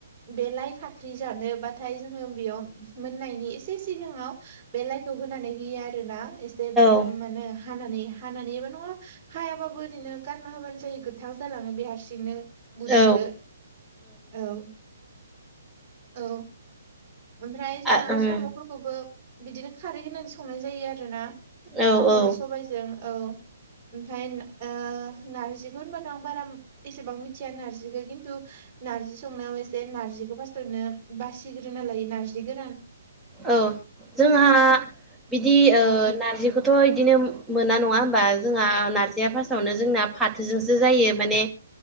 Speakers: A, on the right; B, in the centre.
A: बे लाइ फाख्रि जानोबाथाय जोङो बेयाव मोननायनि एसे सिगाङाव बे लाइखौ होनानै होयो आरो ना एस जेब
B: औ
A: माने हानानै हानानै एबा नङा हाया बाबो ओरैनो गारना होबानो जायो गोथां जालाङो बे हारसिंनो गुदुंदो
B: औ
A: औ औ ओमफ्राय जोंना
B: आ ओं
A: साम'फोर खौबो बिदिनो खारै होनानै संनाय जायो आरोना।
B: औ
A: साम'दो
B: औ
A: सबायजों औ ओमफाय ना ओ नार्जिखौ होनबाथ' आं बारा एसेबां मिथिया नार्जिखौ खिन्थु नार्जि संनायाव एसे नारजिखौ फार्स्टआवनो बासिग्रोना लायो नारजि गोरान
B: औ जोंहा बिदि
A: उम
B: ओ नारजि खौथ' इदिनो मोना नङा होमबा जोंहा नार्जिया फार्स्टआवनो जोंना फा थोजोंसो जायो माने